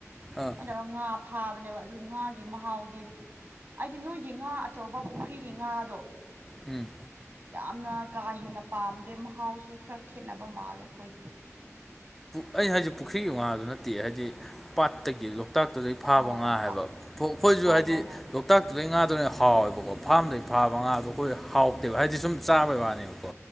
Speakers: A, in the centre; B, on the right.
A: ꯑꯥ
B: ꯀꯃꯥꯏꯅ ꯇꯧꯔꯒ ꯉꯥ ꯐꯥꯕꯅꯦꯕ ꯑꯗꯨ ꯉꯥꯒꯤ ꯃꯍꯥꯎꯗꯤ ꯑꯩꯗꯤ ꯅꯣꯏꯒꯤ ꯉꯥ ꯑꯆꯧꯕ ꯄꯨꯈ꯭ꯔꯤꯒꯤ ꯉꯥꯗꯣ
A: ꯎꯝ
B: ꯌꯥꯝꯅ ꯀꯥ ꯍꯦꯟꯅ ꯄꯥꯝꯗꯦ ꯃꯍꯥꯎꯁꯨ ꯈꯔ ꯈꯦꯠꯅꯕ ꯃꯥꯜꯂꯦ ꯑꯩꯈꯣꯏꯒꯤ
A: ꯑꯩꯅ ꯍꯥꯏꯖꯤ ꯄꯨꯈ꯭ꯔꯤꯒꯤ ꯉꯥꯗꯨ ꯅꯠꯇꯦ ꯍꯥꯏꯗꯤ ꯄꯥꯠꯇꯒꯤꯗꯣ ꯂꯣꯛꯇꯥꯛꯇꯨꯗꯩ ꯐꯥꯕ
B: ꯑꯣ
A: ꯉꯥ
B: ꯑꯣ
A: ꯍꯥꯏꯕ
B: ꯄꯥ
A: ꯑꯩꯈꯣꯏꯁꯨ
B: ꯍꯣꯏ
A: ꯍꯥꯏꯗꯤ
B: ꯍꯣꯏ ꯍꯣꯏ
A: ꯂꯣꯛꯇꯥꯛ ꯑꯗꯨꯗꯩ ꯉꯥꯗꯨꯅ ꯍꯥꯎꯋꯦꯕꯀꯣ ꯐꯥꯔꯝꯗꯒꯤꯩ ꯐꯥꯕ ꯉꯥꯗꯣ ꯑꯩꯈꯣꯏ ꯍꯥꯎꯇꯦꯕ ꯍꯥꯏꯗꯤ ꯁꯨꯝ ꯆꯥꯕꯩ ꯋꯥꯅꯦꯕ ꯀꯣ